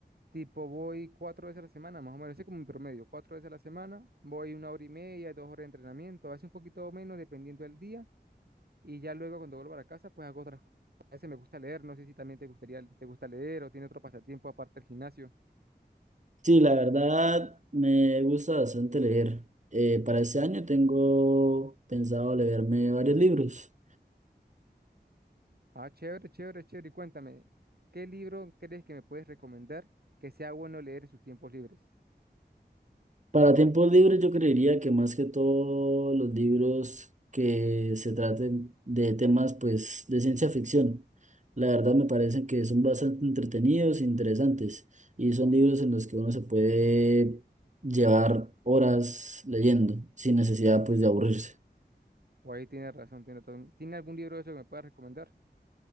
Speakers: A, on the right; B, on the right.
A: tipo voy cuatro veces a la semana, más o menos, así como mi promedio, cuatro veces a la semana, voy una hora y media, dos horas de entrenamiento, a veces un poquito menos dependiendo del día, y ya luego cuando vuelvo a la casa, pues hago otras cosas. A veces me gusta leer, no sé si también te gustaría, te gusta leer o tiene otro pasatiempo aparte del gimnasio.
B: Sí, la verdad me gusta bastante leer. Eh, para este año tengo pensado leerme varios libros.
A: Ah, chévere, chévere, chévere, y cuéntame, ¿qué libro crees que me puedes recomendar que sea bueno leer en sus tiempos libres?
B: Para tiempos libres yo creería que más que todo los libros que se traten de temas pues de ciencia ficción. La verdad me parecen que son bastante entretenidos e interesantes y son libros en los que uno se puede llevar horas leyendo sin necesidad pues de aburrirse.
A: O ahí tiene razón, tiene razón. ¿Tiene algún libro de eso que me puedas recomendar?